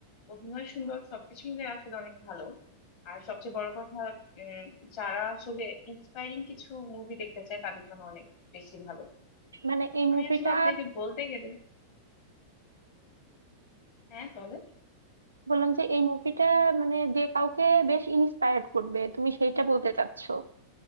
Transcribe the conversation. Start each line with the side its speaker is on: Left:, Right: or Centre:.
Left: অভিনয় সুন্দর সবকিছু মিলে আসলে অনেক ভালো আর সবচেয়ে বড় কথা উম, যারা আসলে ইন্সপায়ারিং কিছু মুভি দেখতে চায় তাদের জন্য অনেক বেশি ভালো
Right: মানে এই
Left: আমি
Right: মুভিটা
Left: আসলে আপনাকে বলতে গেলে হ্যাঁ বলে
Right: বললাম যে এই মুভিটা মানে যে কাউকে বেশ ইন্সপায়ার্ড করবে তুমি সেইটা বলতে চাচ্ছো